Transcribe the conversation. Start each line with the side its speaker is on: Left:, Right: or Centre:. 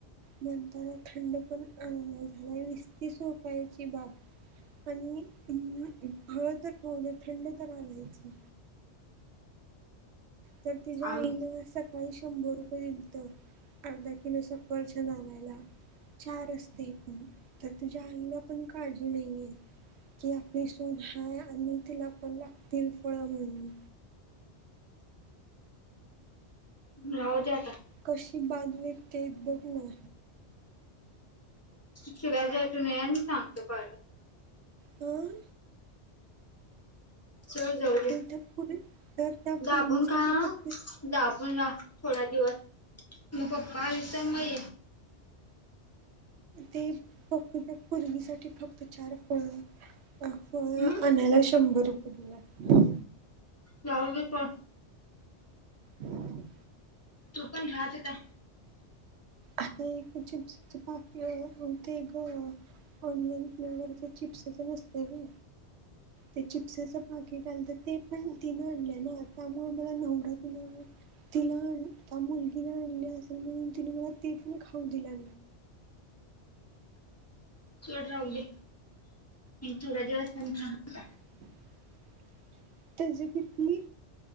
Right: म्हणताना थंड पण झालाय विस्तीस रोपायाची बाग आणिम हळ तर पाहण थंड तर आणलायचं तर तिच्या्या
Left: आहो
Right: आईनं सकाळी शंभर रुपये दिलतं अर्धा किलो सफरचंद आणायला चार असते पण तर तुझ्या आईला पण काळजी नाहीये कि आपली सोन हाय आणि तिला पण लागतील फळ म्हणून
Left: ह् हौद आता
Right: कशी बाध वकते बघया
Left: त व्याजटून सांगतो पर तुला
Right: आम
Left: च जाऊ दे
Right: तर त्या पुरी तर त्या पोरगीसाठी
Left: दाबून ख
Right: फक्त
Left: दबून रा थोडा दिवस म पप्पा विस मय
Right: ते फक्त त्या पूर्वीसाठीठी फक्त चार फळ अ
Left: हम्म
Right: आणयला शंभर रुपये दिला
Left: यावगे का
Right: हम्
Left: तू पण घत होता
Right: आता एक चिप्स पाकीते ग ऑनलान प्र चिप्सच नसते का ते चिप्सच पाकिट आलंत ते पण तिनं आणलं ना त्यामुळे मला नव तु तिला आण त्या मुलगीला आणली असेल म्हणून तिने मला ते पण खाऊ दिला
Left: सोड राहुदे थोडा दिवस नंतर
Right: <inaudible> त्याचे किती